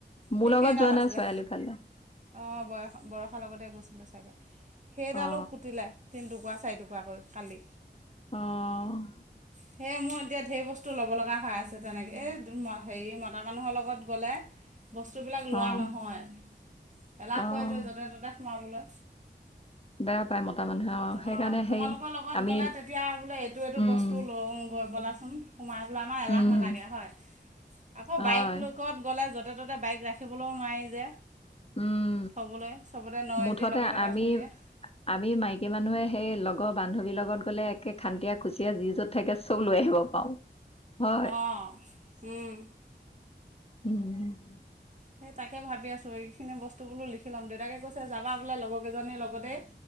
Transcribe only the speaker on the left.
মোৰ
লগত
যোৱা নাই
চৰালি ফালে
অ
অ'।
অ
অ
বেয়া পায় মতা মানুহে
সেইকাৰণে
সেই
আমি
উম
উম
হয়
উম
মুঠতে
আমি
আমি মাইকী মানুহে সেই লগৰ বান্ধৱীৰ লগত গ'লে একে খান্তিয়ীয়া খুচিয়া যি য'ত থাকে চব লৈ আহিব পাৰো। হয়
উম।